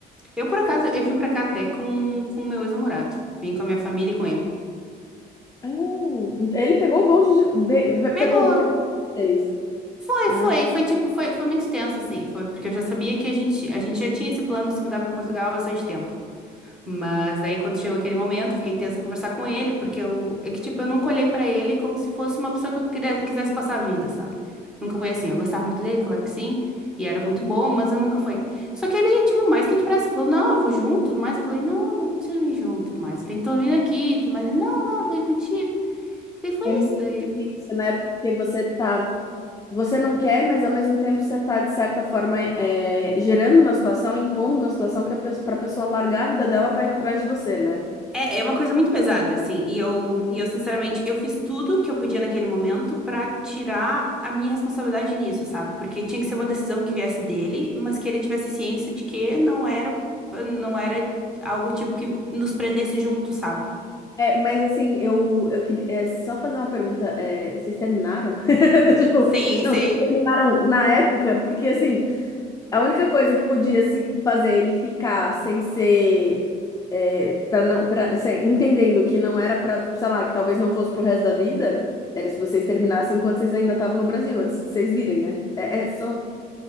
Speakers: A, in the centre; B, on the left.
A: eu por acaso, eu vim pra cá até com com o meu ex-namorado. Vim com a minha família e com ele.
B: ah, ent- ele pegou o bonde de, be- ve-
A: Pegou.
B: pegou o bonde de vocês.
A: Foi,
B: Ah,
A: foi, foi tipo, foi, foi muito tenso assim, foi porque eu já sabia que a gente a gente já tinha esse plano de se mudar pra Portugal há bastante tempo. Mas daí, quando chegou aquele momento, eu fiquei tensa em conversar com ele, porque eu, é que, tipo, eu nunca olhei pra ele como se fosse uma pessoa que eu quisesse, quisesse passar a vida, sabe? Nunca foi assim. Eu gostava muito dele, claro que sim, e era muito bom, mas eu nunca foi. Só que ele, tipo, mais que depressa, falou: Não, eu vou junto, tudo mais. Eu falei: Não, não preciso vir junto, tudo mais. Tem que vir aqui, tudo mais. Ele: Não, não, vou ir contigo. Daí foi
B: é muito
A: isso. Daí.
B: difícil, né? Porque você tá. Você não quer, mas ao mesmo tempo você está, de certa forma, é, gerando uma situação, impondo uma situação que para a pessoa largar a vida dela para ir atrás de você, né?
A: É, é uma coisa muito pesada, assim, e eu, e eu, sinceramente, eu fiz tudo que eu podia naquele momento pra tirar a minha responsabilidade nisso, sabe? Porque tinha que ser uma decisão que viesse dele, mas que ele tivesse ciência de que não era, não era algo tipo que nos prendesse junto, sabe?
B: É, mas assim, eu, eu queria é, só fazer uma pergunta. é, vocês terminaram? <laughs> Tipo,
A: Sim,
B: não,
A: sei.
B: vocês terminaram na época, porque assim. A única coisa que podia se fazer ele ficar sem ser para não para entendendo que não era para, sei lá, que talvez não fosse pro resto da vida, era se vocês terminassem enquanto vocês ainda estavam no Brasil, antes de vocês virem, né? É, é só